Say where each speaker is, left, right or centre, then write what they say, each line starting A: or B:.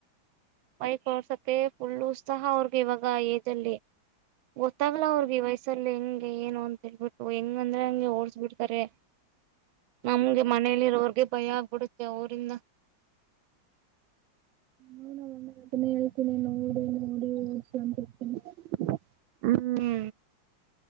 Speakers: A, on the right (about 80°); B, on the right (about 60°).
A: ಬೈಕ್ ಓಡಸೋಕೆ ಫುಲ್ಲು ಉತ್ಸಾಹಾ ಅವ್ರಗೆ ಇವಾಗ ಆ ಏಜ್ ಅಲ್ಲಿ. ಗೊತ್ತ ಆಗಲ್ಲ ಅವ್ರಿಗೆ ವಯಸ್ಸಲ್ಲಿ ಹೆಂಗೆ ಏನು ಅಂತ ಹೇಳಬಿಟ್ಟು ಓ ಹೆಂಗಂದ್ರೆ ಹಂಗೆ ಓಡಿಸಬಿಡ್ತಾರೆ ನಮಗೆ ಮನೇಲಿ ಇರೋರಿಗೆ ಭಯಾ ಆಗ್ಬಿಡ್ ಯಾವ ಊರಿಂದ
B: ನಾನು ಒಂದ ಗಂಟೆಗೆ ಏಳ್ತೀನಿ ನೋಡು ನೋಡಿ ಅಂತಿರ್ತೀನಿ. <unintelligible>
A: <unintelligible>
B: <inaudible>
A: ಮೊನ್ನೆ